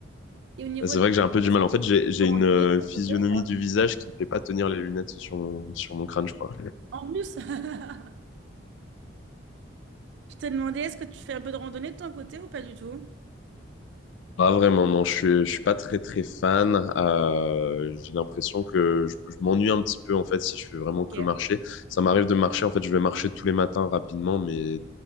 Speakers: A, on the right (about 60°); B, on the left (about 70°).
A: Et au niveau
B: C'est
A: de
B: vrai que j'ai un peu du
A: la... Est-ce
B: mal.
A: que
B: En
A: tu
B: fait,
A: fais
B: j'ai, j'ai
A: de randonnée
B: une euh,
A: de ton
B: physionomie
A: côté ou pas?
B: du visage qui ne fait pas tenir les lunettes sur mon, sur mon crâne, je crois.
A: En plus, <laughs> je t'ai demandé, est-ce que tu fais un peu de randonnée de ton côté ou pas du tout?
B: Pas vraiment, non, je suis, je suis pas très très fan. Euh, j'ai l'impression que je, je m'ennuie un petit peu en fait si je fais vraiment
A: Ok,
B: que marcher. Ça m'arrive de marcher, en fait, je vais marcher tous les matins rapidement, mais